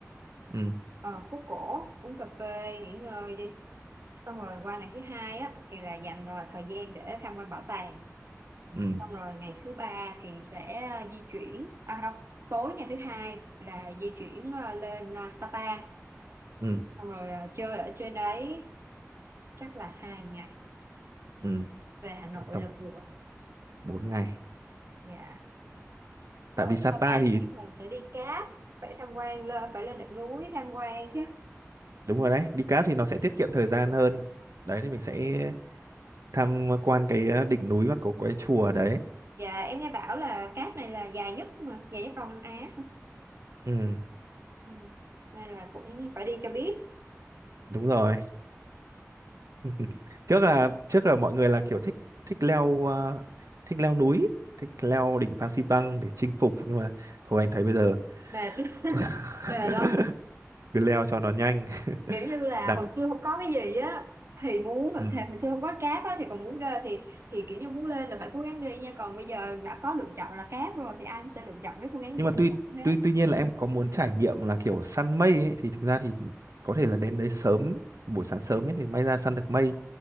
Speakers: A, on the right; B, on the right.
A: ừ
B: Ờ, phố cổ uống cà phê nghỉ ngơi đi. Xong rồi qua ngày thứ hai á thì là dành ờ, thời gian để tham quan bảo tàng.
A: ừ
B: xong rồi ngày thứ ba thì sẽ à, di chuyển à không tối ngày thứ hai là di chuyển à, lên à, Sapa
A: ừ,
B: xong rồi à, chơi ở trên đấy chắc là hai ngày
A: ừ.
B: về Hà Nội
A: tổng
B: là vừa
A: bốn ngày
B: dạ ở
A: tại vì Sapa
B: Sapa
A: thì
B: thì chắc mình sẽ đi cáp phải tham quan lên phải lên đỉnh núi tham quan chứ
A: đúng rồi đấy đi cáp thì nó sẽ tiết kiệm thời gian hơn đấy thì mình sẽ tham quan cái ờ, đỉnh núi và có cái chùa đấy
B: dạ em nghe bảo là cáp này là dài nhất mà dài nhất Đông Nam Á
A: ừ
B: Ừ. nên là cũng phải đi cho biết
A: đúng rồi <laughs> trước là trước là mọi người là kiểu thích thích leo ờ, thích leo núi thích leo đỉnh Phan Xipang để chinh phục nhưng mà thôi anh thấy bây giờ
B: mệt <laughs>
A: <laughs>
B: mệt lắm
A: cứ leo cho nó nhanh
B: kiểu như là
A: đẳng
B: hồi xưa không có cái gì á thì muốn
A: ừ.
B: thì hồi xưa không có cáp á thì còn muốn đê thì thì kiểu như muốn lên là phải cố gắng đi nha còn bây giờ đã có lựa chọn là cáp rồi thì anh sẽ lựa chọn cái phương án
A: nhưng
B: dễ
A: mà tuy
B: hơn thế
A: tuy tuy nhiên là em có muốn trải nghiệm là kiểu săn mây ấy, thì thực ra thì có thể là đến đấy sớm buổi sáng sớm
B: ừ.
A: ấy thì may ra săn được mây